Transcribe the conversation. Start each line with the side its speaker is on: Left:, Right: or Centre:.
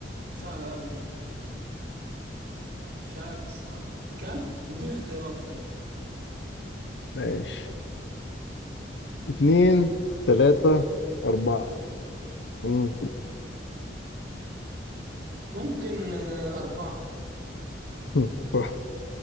Right: صعبة أوي دي مش عارف الصراحة كم اديني اختيارات طيب
Left: ماشي اتنين تلاتة أربعة مم.
Right: ممكن آه، أربعة
Left: <laughs> صح